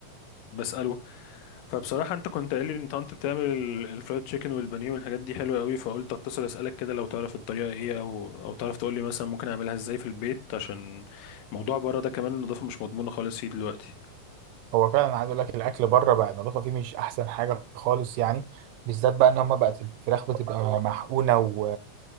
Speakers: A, on the left; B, on the right.
A: بساله فبصراحة انت كنت قايل لي ان انت بتعمل ال- الفرايد تشيكن والبانيه والحاجات دي حلوة قوي فقلت اتصل اسألك كده لو تعرف الطريقة ايه او او تعرف تقول لي مثلا ممكن اعملها ازاي في البيت عشان موضوع بره ده كمان النظافة مش مضمونة خالص فيه دلوقتي
B: هو فعلا عايز اقول لك الاكل بره بقى النظافه فيه مش احسن حاجه خالص يعني بالذات بقى ان هم بقت الفراخ بتبقى محقونه و...